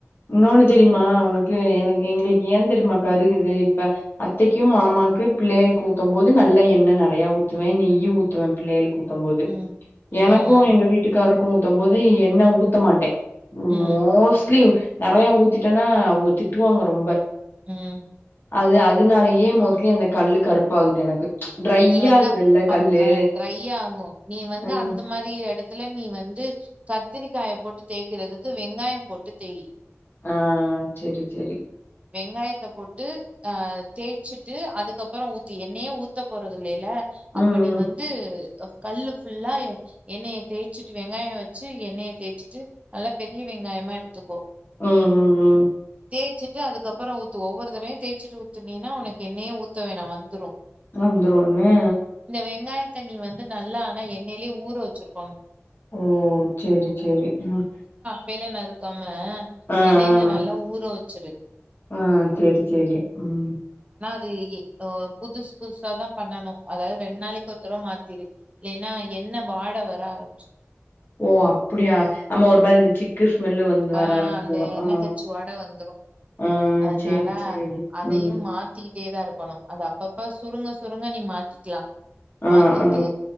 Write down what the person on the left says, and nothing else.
இன்னொன்னு தெரியுமா ஒனக்கு எனக்கு எங்களுக்கு ஏ தெரியுமா கருகுது இப்ப அத்தைக்கு மாமாக்கு பிள்ளயளுக்கு ஊத்து போது நல்ல எண்ணெய் நெறைய ஊத்துவேன் நெய் ஊத்துவேன் பிள்ளயளுக்கு ஊத் தம்போது
எனக்கு எங்க வீட்டுக்காருக்கும் ஊத்தம்போது எண்ணெ ஊத் த மாட்டேன்
மோஸ்ட்லி நெறைய ஊத்திட்டனா அவுங்க திட்டுவாங்க ரொம்ப
அது அதுனாலயே மோஸ்ட்லி அந்த கல்லு கருப்பாகுது எனக்கு ட்ரையா
ஆகுதுல்ல
கல்லு
ம்
ஆ செரி செரி
ம்
ம்
ம் ம் ம்
வந்துருனோனே
ஓ சேரி சேரி ம்
ஆ ஆ
ஆ.
ஆ சேரி சேரி ம்
ஓ அப்டியா அமா ஒரு மாரி இத்த சிக்கு ஸ்மெல்லு வந்து
வர ஆரம்பிச்சிரு
ஆ
ஆ
சேரி சேரிடி
ம்
ஆ
ஆ